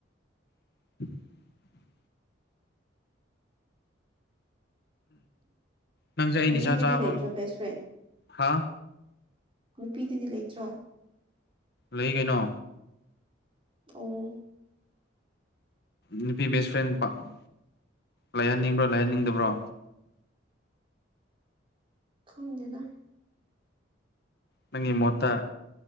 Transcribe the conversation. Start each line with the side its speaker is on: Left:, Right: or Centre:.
Left: <inaudible> ꯅꯪꯁꯦ ꯑꯩ
Right: ꯅꯨꯄꯤꯗꯗꯤ
Left: ꯅꯤꯁꯥ ꯆꯥꯕ
Right: ꯂꯩꯇ꯭ꯔꯣ ꯕꯦꯁ ꯐ꯭ꯔꯦꯟ
Left: ꯍꯥ
Right: ꯅꯨꯄꯤꯗꯗꯤ ꯂꯩꯇ꯭ꯔꯣ
Left: ꯂꯩ ꯀꯩꯅꯣ
Right: ꯑꯣ
Left: ꯅꯨꯄꯤ ꯕꯦꯁ ꯐ꯭ꯔꯦꯟ ꯄꯥꯝ ꯂꯩꯍꯟꯅꯤꯡꯕ꯭ꯔꯣ ꯂꯩꯍꯟꯅꯤꯡꯗꯕ꯭ꯔꯣ
Right: ꯈꯪꯗꯦꯗ
Left: ꯅꯪꯒꯤ ꯃꯣꯠꯇ